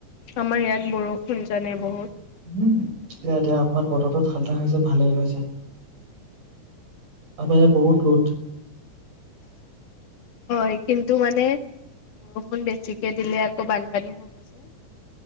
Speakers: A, on the left; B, on the right.
A: আমাৰ ইয়াত বৰষুণ জানাই বহুত।
B: উম এতিয়া এতিয়া অকনমান বতৰটো ঠাণ্ডা হৈছে ভালে হৈছে আমাৰ ইয়াত বহুত ৰদ।
A: হয় কিন্তু মানে বৰষুণ বেছিকে দিলে আকৌ বানপানী হ'ব যে।